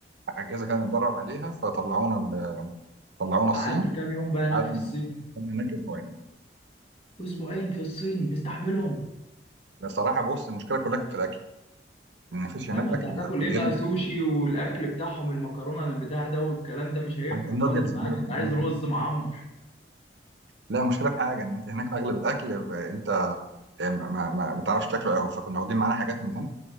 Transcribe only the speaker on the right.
اجهزه كانت متدرب عليها فطلعونا ال... طلعونا الصين
قعدنا
قعدنا هناك اسبوعين
بصراحه بص المشكله كلها كانت في الاكل ان مفيش هناك
اكل
حلال
النودلز
دي والحاجات
دي
لا مشكله في حاجه ان انت هناك اغلب الاكل ب- انت يعني ما ما ما بتعرفش تاكله قوي فكنا واخدين معانا حاجات من هنا